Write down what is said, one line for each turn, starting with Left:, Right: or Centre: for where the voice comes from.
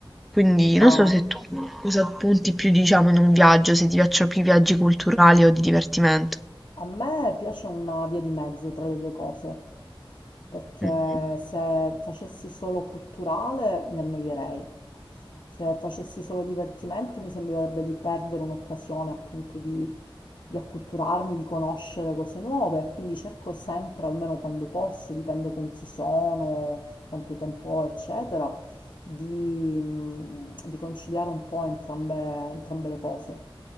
Centre: Quindi non
Left: Ma
Centre: so se tu cosa punti più, diciamo, in un viaggio, se ti piacciono più i viaggi culturali o di divertimento.
Left: A me piace una via di mezzo tra le due cose, perché
Centre: Mm.
Left: se facessi solo culturale mi annoierei. Se facessi solo divertimento mi sembrerebbe di perdere un'occasione appunto di, di acculturarmi, di conoscere cose nuove, quindi cerco sempre, almeno quando posso, dipende con chi sono, quanto tempo ho, eccetera, di, mm, di conciliare un po' entrambe, entrambe le cose.